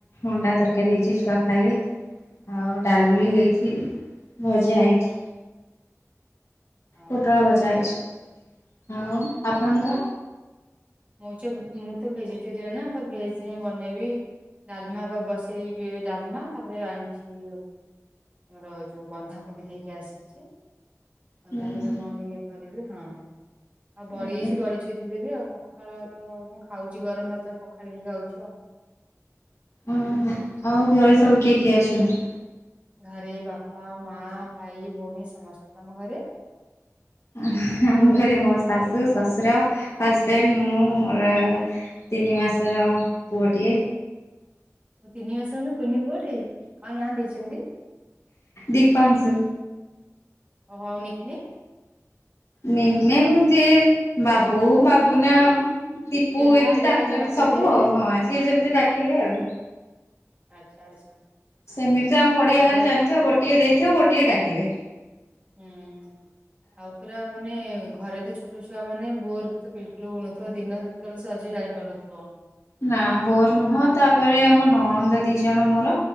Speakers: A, on the left (about 60°); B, on the right (about 25°).
A: ଅଣ୍ଡା ତରକାରୀ ହେଇଛି ଛୁ ଆ ଖାଇବେ ଆଉ ଡାଲି
B: ଓହୋ ହୋ
A: ହେଇଛି ଭଜା ହେଇଛି।
B: ଓହୋ।
A: ପୋଟଳ ଭଜା ହେଇଛି ଆଉ ଆପଣଙ୍କର?
B: ମୁଁ ଚ ମୁଁ ତ ଭେଜିଟେରିୟାନ ନା ତ ଭେଜ ରେ ହିଁ ବନେଇବି। ଡାଲମା କ ବସେଇ ବିି ଡାଲମା ତାପରେ ଆଣିଚି ମୋର ଯୋଉ ବନ୍ଧାକୋବି ନେଇକି ଆସିଛି। ବନ୍ଧାକୋବି
A: ହୁଁ ହୁଁ
B: କଣ ଟିକିଏ କରିବି ହଁ ଆଉ ବଡ଼ିସି୍
A: ଆଜ୍ଞା।
B: ବିଚିନି ଦେବି ଆଉ ପଖାଳ ତ ମୁଁ ଖାଉଛି ଗରମ ଭାତ ପଖାଳିକି ଖାଉଛି ଆଉ
A: ଓହୋ ଆଉ ଘରେ ସବୁ କିଏ କିଏ ଅଛନ୍ତି?
B: ଘରେ ବାପା ମା ଭାଇ ଭଉଣୀ ସମସ୍ତେ ତମ ଘରେ
A: ଉଁ ‌ହୁଁ ଆମ ଘରେ ମୋ ଶାଶୁ ଶ୍ୱଶୁର ହଜବେଣ୍ଡ ମୁଁ ମୋର। ତିନି ମାସର ପୁଅଟିଏ।
B: ଓ ତିନି ମାସ‌ ଖଣ୍ଡେ କୁନି ପୁଅଟେ କଣ ନାଁ ଦେଇଛନ୍ତି।
A: ଦୀପାଂସୁ
B: ଓ ହଉନିକି
A: ନିକ୍ ନେମ୍ ଯେ ବାବୁ ବାବୁନା ଦୀପୁ
B: ଗେହ୍ଲା
A: ଏମିତି
B: ଯାହା
A: ଡାକୁଛନ୍ତି
B: ଯିଏ ଡାକୁଥିବେ
A: ସବୁ ଆଉ ହଁ ଯିଏ ଯେମିତି ଡାକିଲେ ଆଉ
B: ଆଚ୍ଛା ଆଚ୍ଛା
A: ସେମିତି ତ ଆମ ଓଡି଼ଆ
B: ହଁ
A: ଘରେ ଜାଣିଥିବ ଗୋଟିଏ ଦେଇଥିବ ଗୋଟିଏ ଡାକିବେ
B: ହୁଁ ଆଉ ପୁରା ମାନେ ଘରେ ତ୍ ଛୋଟ ଛୁଆ ମାନେ ବୋର୍ ତ ବିଲକୁଲ ହଉନଥିବ ଦିନ କେତେବେଳେ ସରିଯାଉଥିବ ଜାଣି ପାରୁନଥିବ
A: ନା ବୋର୍ ନୁହଁ ତାପରେ ଆମ ନଳନ୍ଦ ଦି ଜଣ ମୋର